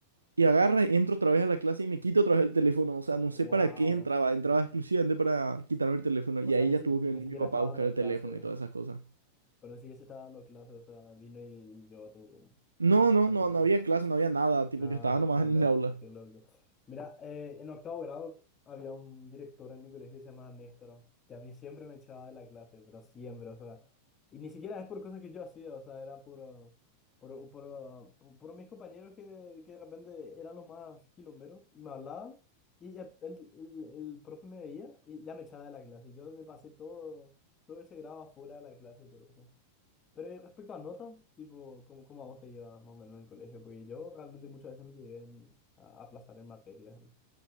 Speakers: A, on the right; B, on the left.
A: y agarra, entro otra vez a la clase y me quito otra vez el teléfono. O sea, no
B: Wow.
A: sé para qué entraba. Entraba exclusivamente para quitarme el teléfono.
B: O
A: Y
B: sea,
A: ahí
B: ni,
A: ya
B: si-
A: tuvo que
B: ni
A: venir
B: siquiera
A: mi papá
B: estaba
A: a buscar
B: dando
A: el
B: clase,
A: teléfono y todas esas cosas.
B: pero ni siquiera se estaba dando clase, o sea, vino y, y llevó tu,
A: No,
B: tu, tu
A: no,
B: celular.
A: no, no había clase, no había nada. Tipo,
B: Ah,
A: yo estaba nomás
B: qué loco,
A: en el aula.
B: qué loco. Mira, eh, en octavo grado había un director en mi colegio que se llamaba Néstor, que a mí siempre me echaba de la clase, pero siempre, o sea, y ni siquiera es por cosas que yo hacía, o sea, era por, por, por, por, por mis compañeros que, que de repente eran los más quilomberos y me hablaban, y ya el, el, el profe me veía y ya me echaba de la clase. Yo me pasé todo, todo ese grado afuera de la clase por eso. Pero eh, respecto a notas, tipo, ¿cómo, cómo a vos te llevas más o menos en el colegio? Porque yo realmente muchas veces me llegué en- a a aplazar en materias ¿eh?